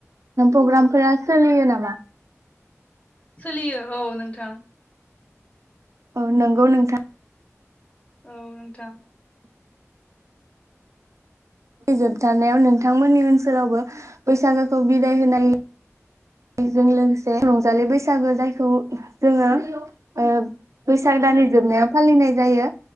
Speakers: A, on the right; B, on the left.
A: पग्रामफोरा सोलियो नामा?
B: सोलियो औ नोंथां
A: औ नंगौ नोंथां।
B: औ नोंथां
A: जोबथनायाव नोंथांमोननि ओनसोलावबो बैसागोखौ बिदाय होनाय बेजों लोगोसे रंजालि बैसागो जायखौ जोङो ओ बैसाग दाननि जोबनायाव फालिनाय जायो